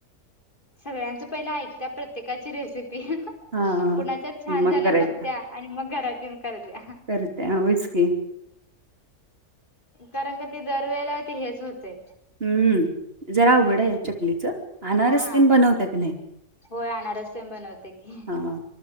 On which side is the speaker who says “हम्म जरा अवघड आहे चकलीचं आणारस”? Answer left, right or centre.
Right